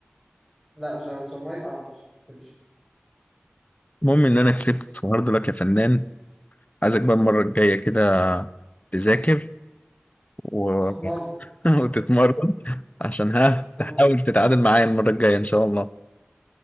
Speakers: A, in the centre; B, on the left.
A: لا ج... جامايقا مش تمشي
B: المهم إن أنا كسبت وهارد لك يا فنان عايزك بقى المرة الجاية كده تذاكر و...
A: هتمرن
B: <laughs> وتتمرن عشان ها
A: <laughs>
B: تحاول تتعادل معايا المرة الجاية إن شاء الله